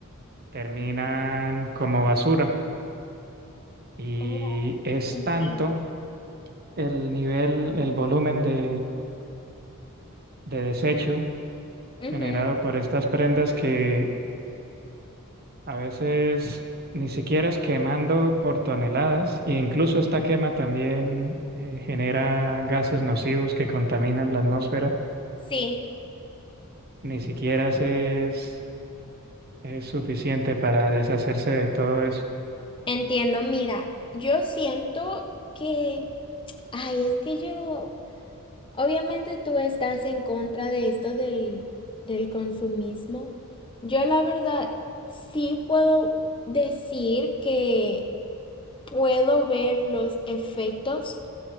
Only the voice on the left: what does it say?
Oh,
entiendo.
Ujú,
Sí,
entiendo. Mira, yo siento que, ay, es que yo, obviamente tú estás en contra de esto del, del consumismo. Yo la verdad sí puedo decir que puedo ver los efectos